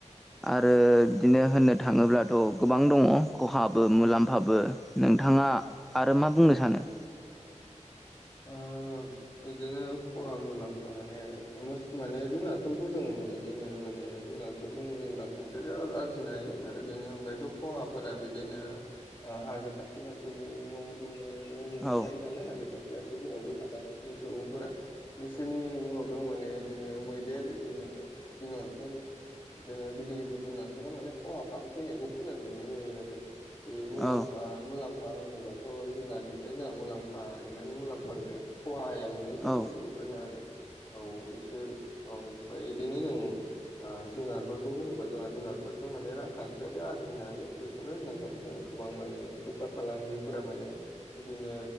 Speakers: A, in the centre; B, on the left.
A: आरो बिदिनो होननो थाङोब्ला थ' गोबां दङ खहाबो मुलाम्फाबो नोंथाङा आरो मा बुंनो सानो ।
B: ओ बिदिनो खहा मुलाम्फा माने मो माने जुनारफोरखौ जों बिदिनो माने बे जुनारफोरजों जों जों रांखान्थिारि आरजिनो हायो आरो बेनि अनगायैथ' खहाफोरा बिदिनो ओ हाजो खाथि खाथिनि न' माने न' लुना
A: औ
B: थायो नालाय हाजो खाथि खा <unintelligible> फोरावबो हादाननि सुबुंफोरा बिसोरनि माबायाव माने इदिनो मैदेर इदिनो जुनारफोर ओ गिदिर- गिदिर जुनारफोरा माने खहा खालामफैनायखौ खोनानो मोननाय जायो आरो। बे मुलामफा
A: औ
B: मुलाम्फा होनोबाथ' जुनारनिफ्राय जोंहा मुलाम्फा माने मुलामफा उफाय गैया खहाया मोननैसो
A: औ
B: दं बेफोरनो आरो औ इसोर औ ओमफ्राय बिदिनो जों ओ जुनारफोरखौ होनोबा जोंहा जुनारफोरजों माने रांखान्थियारि आर जानो हायो बेखौनो होननांगोन जों गोबां माने बेफार फालांगिफोरा माने बिदिनो